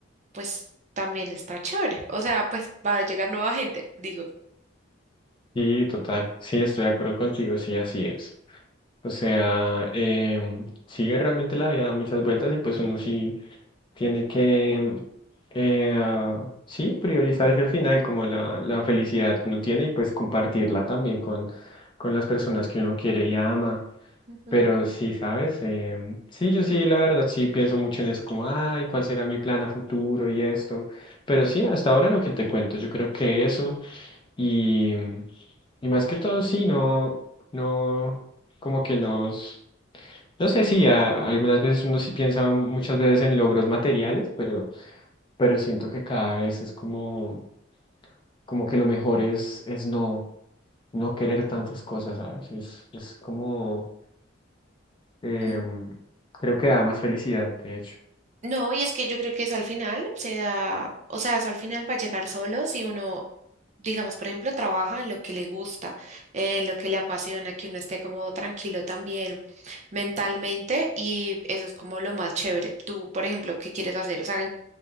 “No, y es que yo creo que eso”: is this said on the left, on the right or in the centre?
Right